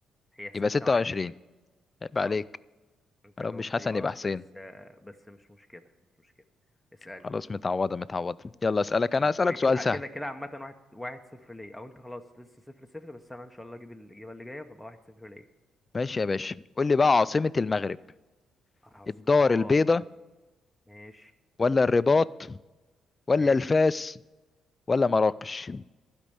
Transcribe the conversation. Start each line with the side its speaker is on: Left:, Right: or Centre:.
Centre: هي ستة
Left: يبقى 26
Centre: وعشرين
Left: يبقى عليك
Centre: اه انت
Left: لو
Centre: جاوبت
Left: مش حسن
Centre: لي غلط
Left: يبقى
Centre: بس
Left: حسين
Centre: آه بس مش مشكلة مش مشكلة اسألني
Left: خلاص متعوضة متعوضة يلا أسألك أنا
Centre: ماشي
Left: أسألك
Centre: كده
Left: سؤال
Centre: كده
Left: سهل
Centre: كده كده عامة واحد واحد صفر ليا او انت خلاص لسه صفر صفر بس انا ان شاء الله اجيب الإجابة اللي جاية فبقى واحد صفر ليا
Left: ماشي يا باشا قول لي بقى عاصمة المغرب
Centre: حصل
Left: الدار
Centre: اه
Left: البيضاء
Centre: ماشي
Left: ولا الرباط ولا
Centre: ماشي
Left: الفاس ولا مراكش